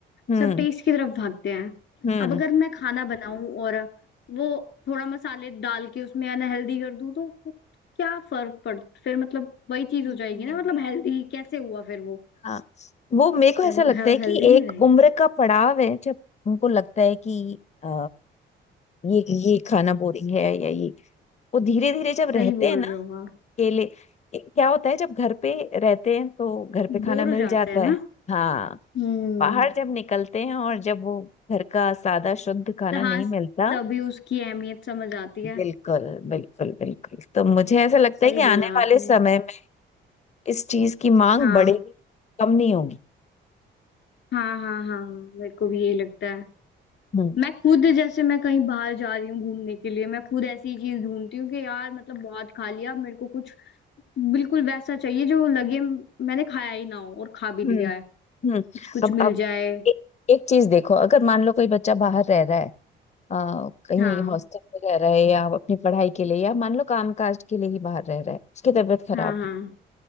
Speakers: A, on the left; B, on the left.
A: हम्म
B: सब टेस्ट की तरफ भागते हैं
A: हम्म
B: अब अगर मैं खाना बनाऊं और वो थोड़ा मसाले डाल के उसमें अनहेल्दी कर दूं तो तो क्या फर्क पड़ फिर मतलब वही चीज हो
A: नहीं
B: जाएगी
A: नहीं
B: ना मतलब
A: नहीं
B: हेल्दी कैसे हुआ फिर वो
A: हाँ वो मेरे को
B: फिर
A: ऐसा
B: वो
A: लगता
B: हेल्दी
A: है कि
B: नहीं
A: एक
B: रहेगा
A: उम्र का पड़ाव है जब उनको लगता है कि आ, ये ये खाना बोरिंग है या ये वो धीरे धीरे
B: <clears throat>
A: जब
B: सही
A: रहते
B: बोल
A: हैं ना
B: रहे हो आप
A: अकेले ए- क्या होता है जब घर पे रहते हैं तो घर पे खाना
B: बोर
A: मिल
B: हो जाते
A: जाता
B: हैं ना
A: है हाँ
B: हम्म
A: बाहर जब निकलते हैं और जब वो घर का सादा शुद्ध खाना
B: तो हाँ
A: नहीं मिलता
B: तभी उसकी अहमियत समझ आती है
A: बिल्कुल बिल्कुल बिल्कुल तो मुझे ऐसा लगता
B: सही
A: है कि
B: बोला
A: आने
B: आपने
A: वाले समय में इस चीज की मांग
B: हाँ
A: बढ़ेगी कम नहीं होगी
B: हाँ हाँ हाँ मेरे को भी यही लगता है
A: हम्म
B: मैं खुद जैसे मैं कहीं बाहर जा रही हूँ घूमने के लिए मैं खुद ऐसी चीज ढूंढती हूँ कि यार मतलब बहुत खा लिया अब मेरे को कुछ बिल्कुल वैसा चाहिए जो लगे म- मैंने खाया ही ना हो और खा भी लिया
A: हम्म
B: है
A: हम्म
B: कुछ कुछ
A: अब
B: मिल
A: अब
B: जाए
A: एक, एक चीज देखो अगर मान लो कोई बच्चा बाहर रह रहा है आ, कहीं
B: हाँ
A: हॉस्टल में रह रहा है या अपनी पढ़ाई के लिए या मान लो काम काज के लिए ही बाहर रह रहा है उसकी तबीयत खराब
B: हाँ हाँ
A: है